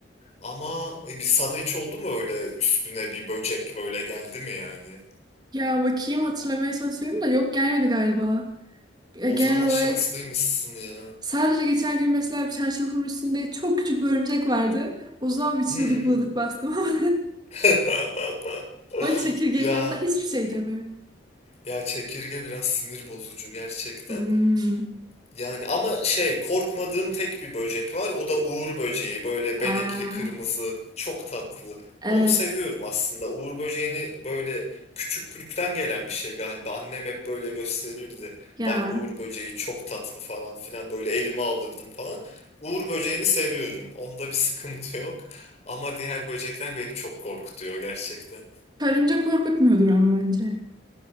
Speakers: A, on the left; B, on the right.
A: Ama e, bir sana hiç oldu mu öyle üstüne bir böcek böyle geldi mi yani?
B: Ya bakayım hatırlamaya çalışıyorum da yok gelmedi galiba. E,
A: O
B: Genel
A: zaman
B: olarak
A: şanslıymışsın ya.
B: sadece geçen gün mesela bir çarşafın üstünde çok küçük bir örümcek vardı. O zaman bir çığlık
A: Hı.
B: mığlık bastım <laughs> ama.
A: <laughs>
B: çekirgenin
A: Ya
B: yanında hiçbir şey tabii.
A: ya çekirge biraz sinir bozucu gerçekten.
B: Hmm.
A: Yani ama şey korkmadığım tek bir böcek var. O da uğur böceği. Böyle
B: Aa,
A: benekli, kırmızı, çok tatlı.
B: evet.
A: Onu seviyorum aslında. Uğur böceğini böyle küçüklükten gelen bir şey galiba. Annem hep böyle gösterirdi.
B: Ya.
A: Bak uğur böceği çok tatlı falan filan. Böyle elime alırdım falan. Uğur böceğini seviyorum. Onda bir sıkıntı yok. Ama diğer böcekler beni çok korkutuyor gerçekten.
B: Karınca korkutmuyordur ama bence.